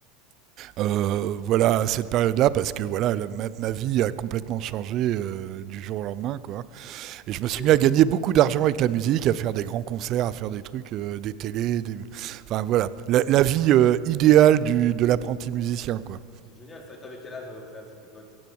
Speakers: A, on the right (about 50°); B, on the left (about 25°).
A: euh, voilà, à cette période-là, parce que voilà, la- ma, ma vie a complètement changé euh, du jour au lendemain, quoi. Et je
B: ok.
A: me suis mis à gagner beaucoup d'argent avec la musique, à faire des grands concerts, à faire des trucs, euh, des télés, des... enfin voilà, la, la vie euh, idéale du, de l'apprenti musicien, quoi.
B: C'est génial, ça. Et t'avais quel âge à peu près à cette époque?